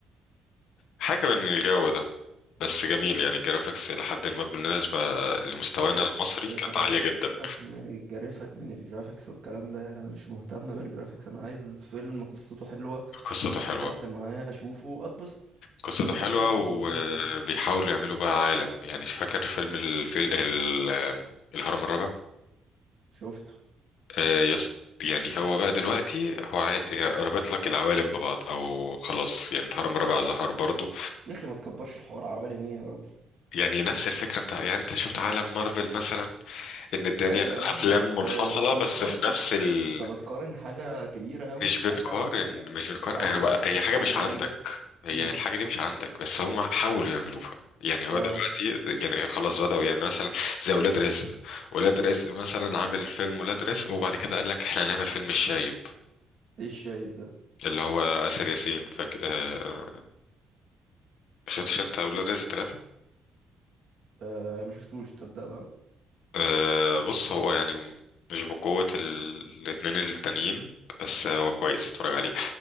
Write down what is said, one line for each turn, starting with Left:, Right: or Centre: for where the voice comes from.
Left: حاجة من الجو ده بس جميل يعني الجرافيكس إلى حد ما بالنسبة لمستوانا
Right: سيبك
Left: المصري كانت عالية
Right: آه، يا عم
Left: جدا
Right: سيبك من الجرافيك من الجرافيكس والكلام ده يعني انا مش مهتم بالجرافيكس انا عايز فيلم قصته حلوه
Left: قصته حلوة
Right: اتشد معاه اشوفه اتبسط
Left: قصته
Right: الامر
Left: حلوة
Right: ابسط
Left: وبيحاولوا
Right: من كده يعني
Left: يعملوا بقى عالم يعني فاكر فيلم الفيل ال- الهرم الرابع
Right: شفته
Left: آه، يس يعني هو بقى دلوقتي هو عاي- يعني رابط لك العوالم ببعض او خلاص يعني الهرم الرابع ظهر برضو
Right: يا اخي ما تكبرش الحوار عوالم ايه يا راجل
Left: يعني نفس الفكرة بتاع يعني انت شفت عالم مارفل مثلا ان الدنيا
Right: ايوه يعني
Left: افلام
Right: بس
Left: منفصلة
Right: آه، انت بتقارن
Left: بس في نفس ال...
Right: انت بتقارن حاجه كبيره قوي
Left: مش
Right: بحاجه
Left: بنقارن مش بنقارن
Right: او
Left: أنا بقى
Right: مش
Left: هي
Right: بتقارن
Left: حاجة مش عندك
Right: يعني بس
Left: هي
Right: امم
Left: الحاجة دي مش عندك بس هم حاولوا يعملوها يعني هو
Right: اه
Left: دلوقتي يعني خلاص بدأوا يعني مثلا زي ولاد رزق ولاد رزق مثلا عامل فيلم ولاد رزق وبعد كده قال لك احنا هنعمل فيلم الشايب
Right: ايه الشايب ده
Left: اللي هو آسر ياسين فاك... آه... شفتش انت ولاد رزق ثلاثة
Right: آه ما شفتوش تصدق بقى
Left: آه... بص هو يعني مش بقوة ال... الاتنين التانيين بس هو كويس اتفرج عليه